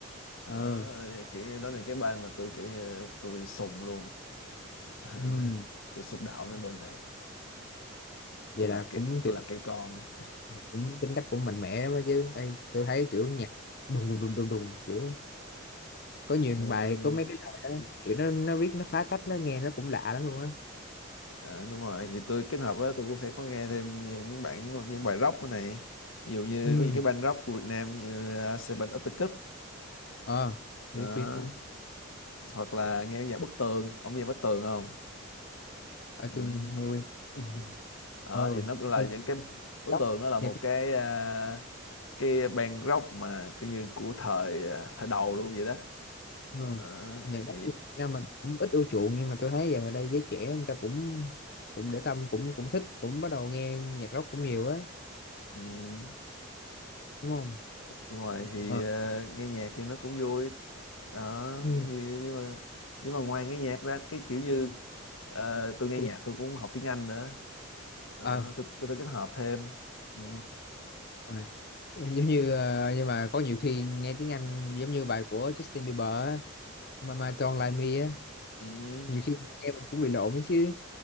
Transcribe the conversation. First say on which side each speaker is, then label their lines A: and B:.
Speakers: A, on the left; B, on the left.
A: đó,
B: ờ
A: kiểu như đó là cái band mà tôi kiểu như tôi sùng luôn <laughs>
B: ừ.
A: tôi sùng đạo với mình này
B: vậy
A: tôi
B: là
A: làm kiểu
B: cũng
A: tôi
B: kiểu
A: làm kiểu con
B: cũng tính cách cũng mạnh mẽ lắm đó chứ ê tôi thấy kiểu nhạc đùng đùng đùng đùng đùng kiểu có nhiều
A: Ôi,
B: bài có mấy cái bài đó, kiểu nó nó viết nó phá cách nó nghe nó cũng lạ lắm luôn á
A: à, đúng rồi thì tôi kết hợp với tôi cũng sẽ có nghe thêm những bản những bài rock này ví dụ như
B: ừ
A: có những cái band rock của Việt Nam như uh, Seven Up The Cup
B: ờ
A: đó
B: biết biết biết.
A: hoặc là nghe nhạc Bức Tường ông nghe Bức Tường không
B: ở
A: Ừ.
B: tôi nghe
A: <laughs> Ờ,
B: ừ
A: thì nó cũng
B: cái
A: là
B: cây
A: những cái bức
B: đất
A: tường nó là một
B: nhà cái
A: cái à, cái ban góc mà cứ như của thời à, thời đầu luôn vậy đó
B: ừ.
A: Ờ,
B: nhà
A: thì
B: đất Việt Nam mình cũng ít ưa chuộng nhưng mà tôi thấy giờ ở đây giới trẻ người ta cũng cũng để tâm cũng cũng thích cũng bắt đầu nghe nhạc rock cũng nhiều ấy
A: ừ,
B: đúng không
A: đúng rồi thì
B: ờ
A: à, nghe nhạc thì nó cũng vui đó
B: ừ.
A: thì, nhưng mà nhưng mà ngoài nghe nhạc ra cái kiểu như ờ, tôi nghe
B: tôi
A: nhạc tôi cũng học tiếng Anh nữa đó
B: à,
A: tôi tôi, tôi kết hợp thêm ừ.
B: ờ rồi. giống như ờ, nhưng mà có nhiều khi nghe tiếng Anh giống như bài của Justin Bieber á, mà mà Don't Like Me á
A: Ừ.
B: nhiều khi mình nghe mình cũng bị lộn ấy chứ